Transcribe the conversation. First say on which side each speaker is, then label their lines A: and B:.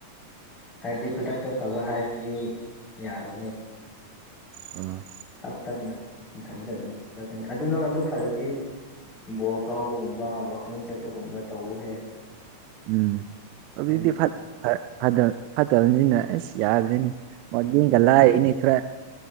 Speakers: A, on the left; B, on the right.
A: ꯍꯥꯏꯕꯗꯤ ꯈꯨꯗꯛꯇ ꯐꯕ ꯍꯥꯏꯁꯤꯗꯤ ꯌꯥꯔꯣꯏꯅꯦ
B: ꯑ
A: ꯇꯞ ꯇꯞꯅ ꯃꯊꯟꯗ ꯑꯗꯨꯝꯔꯛꯀꯅꯤ ꯑꯗꯨ ꯅꯪ ꯑꯗꯨ ꯐꯔꯗꯤ ꯕꯣꯜ ꯀꯥꯎꯕꯒꯨꯝꯕ ꯋꯥꯋꯀꯤꯡ ꯆꯠꯄꯒꯨꯝꯕ ꯇꯧꯍꯦ
B: ꯎꯝ ꯍꯧꯖꯤꯛꯇꯤ
A: ꯍꯥꯏꯗꯤ
B: ꯐꯠꯇꯕꯅꯤꯅ ꯑꯩꯁ ꯌꯥꯗ꯭ꯔꯦꯅꯤ
A: ꯎꯝ
B: ꯃꯒꯂ ꯏꯅꯤꯊ꯭ꯔ